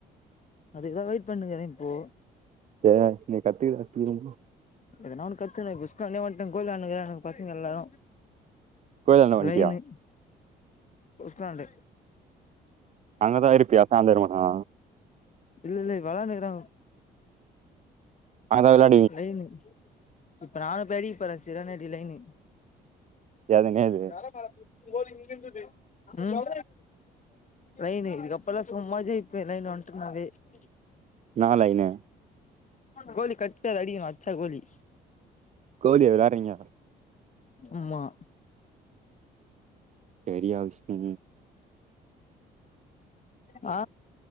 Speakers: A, on the left; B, on the right.
A: அதுக்கு தா வெயிட் பண்ணுக்கிற இப்போ
B: ஏ நீ கத்துக்க கத்துகனுமா
A: எதனா ஒன்னு கத்துகனு புஷ்கோனே ஒருத்த‌ கோலி ஆட்டுக்குறானுக பசங்க எல்லாரு
B: கோயிலாண்ட வன்ட்டியா
A: லைனு புஸ்லாண்டு
B: அங்கதா இருப்பியா சாந்தரமானா
A: இல்ல இல்ல வெளானேதா
B: அங்க எதா
A: லைனு இப்ப நானு போய் அடிக்க போறே சிற நைடி லைனு
B: எது நேது
A: யாரோ மேல <unintelligible> இங்க இருந்துது உ லைனு இதுக்கப்பலா சும்மாஜே இருப்ப லைனு வந்துட்டுனாவே இன்னிக்கி
B: என்னா லைனு
A: கோலி கர்ட்டா அத அடிக்கணு அட்ச்சா கோலி
B: கோலி வெளையாறீங்க
A: ம்மா
B: தெரியா விஷ்ணு
A: ஆ